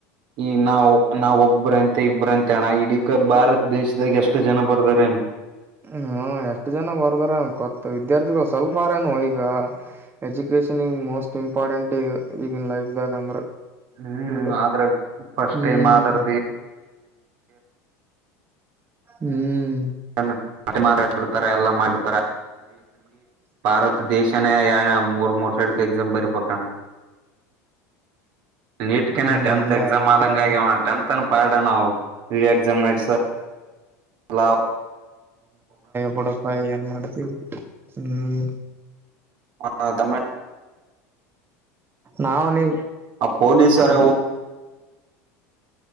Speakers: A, on the right; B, on the right.
A: ಈ ನಾವ ನಾವ್ ಒಬ್ಬ್ರಂತೆ ಇಬ್ರಂತ ಅಣ್ಣ ಇಡೀಿಕ ಬಾರ ದೇಶದಾಗ ಎಷ್ಟು ಜನ ಬರ್ದಾರೇಏನ್
B: ಹ ಎಷ್ಟು ಜನ ಬರರ್ದಾರ ಕೊ ವಿದ್ಯಾರ್ಥಿಗಳು ಸ್ವಲ್ಪ ಆರೇನು ಈಗ ಎಜುಕೇಶನ್ ಮೋಸ್ಟ್ ಇಂಪಾರ್ಟೆಂಟ್ ಈಗ ಈಗಿನ ಲೈಫ್್ದಾಗ ಅಂದ್ರೆ
A: ಹ್ಮ್
B: ಇಲ್ಲ
A: ಆದ್ರ ಫಸ್ಟ್
B: ಹ್ಮ್
A: ಟೈಮ್ ಆದರ್ದ
B: ಹ್ಮ್
A: ತ ಎಲ್ಲ ಮಾಡಿತ ಭಾರತ ದೇಶ ಮೂರ್ ಮೂರ್ ಸೈಡ್ ಎಕ್ಸಾಮ್ ಬರಿ ಪಕಣ ನೀಟ್ಕನೆ
B: ಹಂಗ
A: ಟೆಂತ್
B: ಹಂಗೆ
A: ಎಕ್ಸಾಮ್
B: ಅದಂಗೆ
A: ಆದಂಗ
B: ಅದ
A: ಟೆಂತ್ ಅನ್ ಪಾಡಣವು ಎಕ್ಸಾಮ್ ನಸ ಲಾವ
B: ಬಿಡಪ್ಪ ಏನ್ ಮಾಡ್ತಿವಿ ಹ್ಮ್
A: ಹಾ ತಮ್ಮ
B: ನಾವ್ ನೀ
A: ಪೊಲೀಸರ
B: ಎಲ್